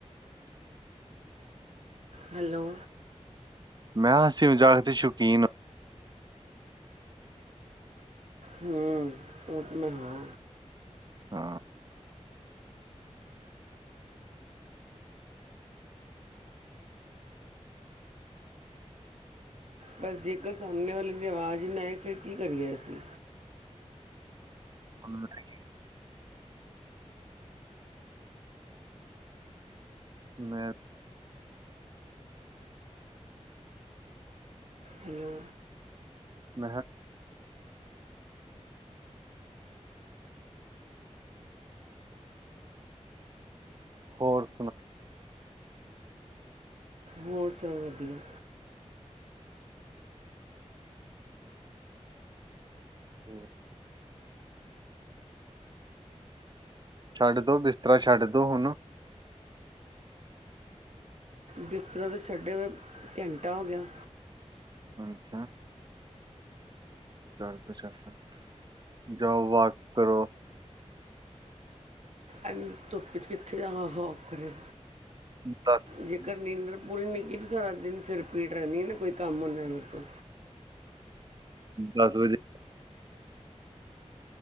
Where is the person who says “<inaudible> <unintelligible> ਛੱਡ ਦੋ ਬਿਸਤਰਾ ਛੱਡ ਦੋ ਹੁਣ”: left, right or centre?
Right